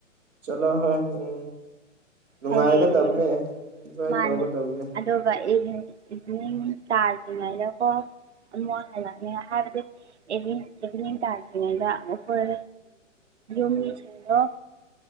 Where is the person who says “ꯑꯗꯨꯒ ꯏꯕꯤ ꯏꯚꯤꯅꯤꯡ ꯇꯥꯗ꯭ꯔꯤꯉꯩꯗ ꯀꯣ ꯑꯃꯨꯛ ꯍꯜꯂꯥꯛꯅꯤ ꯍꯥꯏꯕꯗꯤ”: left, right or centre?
Right